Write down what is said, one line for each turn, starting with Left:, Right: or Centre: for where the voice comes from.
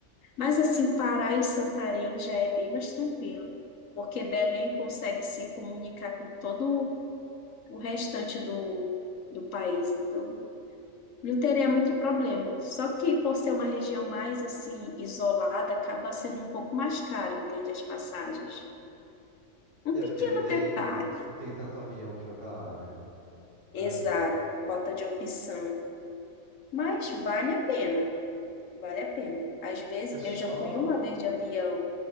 Left: Mas assim, Pará e Santarém já é bem mais tranquilo, porque Belém consegue se comunicar com todo o restante do, do país, então não teria muito problema. Só que por ser uma região mais assim isolada, acaba sendo um pouco mais caro, entende as passagens. Um
Right: É,
Left: pequeno
Right: porque não tem,
Left: detalhe,
Right: não tem tanto avião que vai pra lá, né? Imagino.
Left: exato, por falta de opção, mas vale a pena, vale a pena. Às vezes
Right: É só,
Left: eu já fui uma vez de avião,